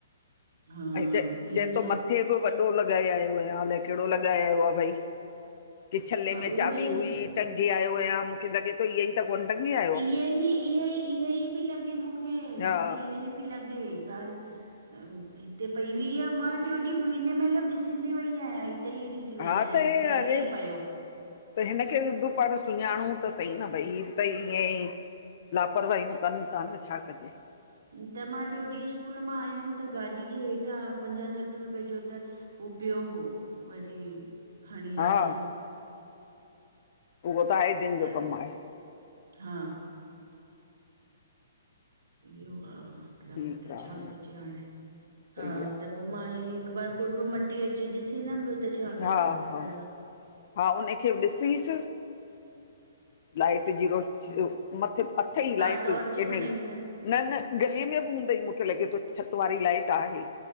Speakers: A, on the right; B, on the left.
A: हा
B: ऐं च
A: इहो
B: चए तो
A: सभु
B: मथ थे ॿि वॾो लॻाए आयो आयां, अलाए केड़ो लॻाए आयो आ भई। कि छल्ले
A: हा
B: में
A: उहो
B: चाबी
A: ई
B: हुई,
A: त
B: टंगी आयो आयां, मूंखे लॻे तो ईअ ई त कोन टंगी आ
A: ईए ही, इए ही, इए ही पी लॻे मूंखे,
B: आहे हा
A: मूंखे इहा ई पी लॻे ॻाल। हिते पई हुई आ, मां टियो ॾींहं वेंदे मैंल ॾिसंदी वई आयां हिते ई डीस अची वई
B: हा
A: आहे
B: त हे
A: मूंखे लॻे
B: अरे
A: पयो।
B: त हिन खे ॿि पाण सुञाणूं त सही न भई, हि ॿ त ईअं ई लापरवाहियूं कन ता न, छा कजे।
A: त मां टियों ॾींह स्कूल मां आयम त गाॾी जे हेठां पंजाह सठ रुपए जो त हु प्यो हो, वरी खणी
B: हा
A: रख्यम।
B: उहो त आहे दिन
A: त
B: जो कम आहे।
A: हा। इहो आ मतलब,
B: ठीकु
A: त
B: आहे
A: छा कजे हाणे, हा
B: सही आहे
A: त पो मां हे हिक बार कुरफ मटी अची ॾिसींदम, ब्यो त छा
B: हा
A: कजा
B: हा
A: कर।
B: हा हुनखे ब ॾिसीस। लाइट, जीरो
A: हा
B: मथे अथ ई
A: हा
B: लाइट
A: टॉर्च
B: इने
A: खणी
B: न,
A: वेंदमि
B: न गलीअ में बि हूंदई मूंखे लॻे थो छति वारी लाइट आहे।